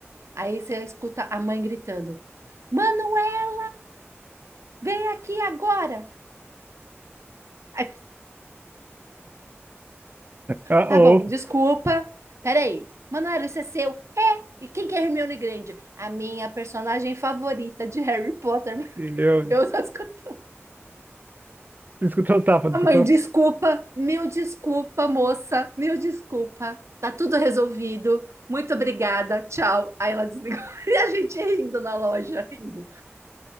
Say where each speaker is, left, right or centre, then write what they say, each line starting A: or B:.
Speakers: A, on the right; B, on the right.
A: Aí você escuta a mãe gritando: Manoel, vem aqui agora. Ai,
B: Ah,
A: Tá
B: oh,
A: bom, desculpa. Peraí. Manoel, isso é seu? É. E quem que é Hermione Granger? A minha personagem favorita de Harry Potter. <laughs>
B: eu...
A: Eu só escutei.
B: Escutou o tapa,
A: A
B: não escutou?
A: mãe, desculpa, mil desculpa, moça, mil desculpa. Tá tudo resolvido. Muito obrigada, tchau. Aí ela desligou. <laughs> E a gente rindo na loja, rindo.